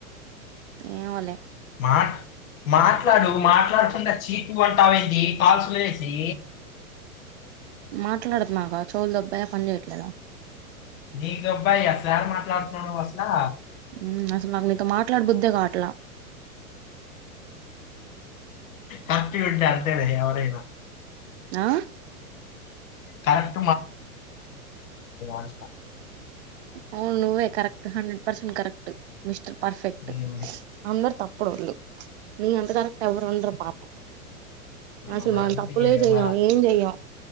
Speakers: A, on the right (about 50°); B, on the left (about 65°).
A: ఏమో లే
B: మాట్ మాట్ మాట్లాడు మాట్లాడుతుంట చీ తు అంటావేంది కాల్స్ లేసి
A: మాట్లాడుతున్నాగా చోవులు దొబ్బాయ పని చేయట్లేదా
B: నీకు దొబ్బాయ అసలాడ మాట్లాడుతున్నా నువ్వు అసలా
A: ఉమ్ అసలు నాకు నీతో మాట్లాడ బుద్దేగావాట్లా
B: కప్పిగా ఉంటే అంతేలే ఎవరైనా
A: ఆ
B: కరక్ అంటున్నా.
A: అవును నువ్వే కరెక్ట్ హన్ పర్సన్ కరెక్ట్ మిస్టర్ పర్ఫెక్ట్
B: హ్మ్.
A: అందరు తప్పుడోళ్ళు నీ అంత కరెక్ట్ ఎవరు ఉండరు పాపం
B: ఆ!
A: అసలు
B: మరందుకే
A: మనం తప్పులే చెయ్యం
B: మర
A: ఏం చెయ్యం